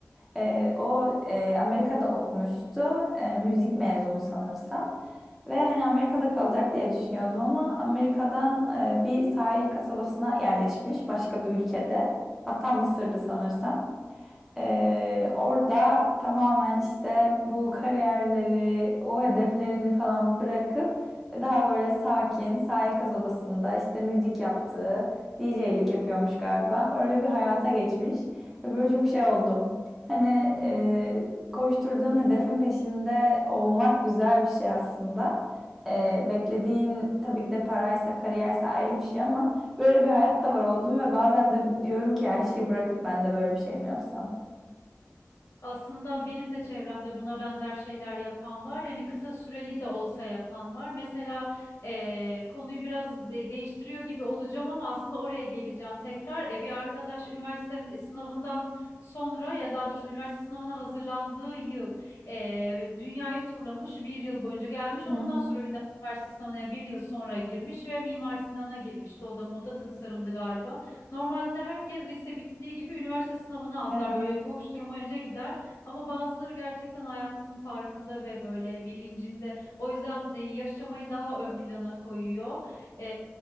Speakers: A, in the centre; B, on the left (about 75°).
A: Ee, o e, Amerika'da okumuştu, Ee, müzik mezunu sanırsam. Ve hani Amerika'da kalacak diye düşünüyordum ama Amerika'dan e, bir sahil kasabasına yerleşmiş başka bir ülkede. Hatta Mısır'dı sanırsam. Ee, orada tamamen işte bu kariyerleri, o hedeflerini falan bırakıp daha böyle sakin sahil kasabasında işte müzik yaptığı, DJ'lik yapıyormuş galiba. Öyle bir hayata geçmiş ve böyle çok şey oldum. Hani e, koşturduğun hedefin peşinde olmak güzel bir şey aslında. E, beklediğin tabii ki de paraysa, kariyerse ayrı bir şey ama böyle bir hayat da var oldum ve bazen de diyorum ki her şeyi bırakıp ben de böyle bir şey mi yapsam?
B: Aslında benim de çevremde buna benzer şeyler yapan var. Yani kısa süreli de olsa yapan var. Mesela eee, konuyu biraz de- değiştiriyor gibi olacağım ama aslında oraya geleceğim tekrar. E, bir arkadaş üniversite sınavından sonra ya daha doğrusu üniversite sınavına hazırlandığı yıl eee, dünyayı turlamış. Bir yıl boyunca gelmiş.
A: Hı.
B: Ondan sonra ünivers- üniversite sınavına yani bir yıl sonra girmiş ve Mimar Sinan'a girmişti. O da moda tasarımdı galiba. Normalde herkes lise bittiği gibi üniversite sınavına atlar
A: Evet,
B: böyle koşturmaca gider. Ama bazıları gerçekten hayatının farkında ve böyle bilincinde. O yüzden e, yaşamayı daha ön plana koyuyor. E,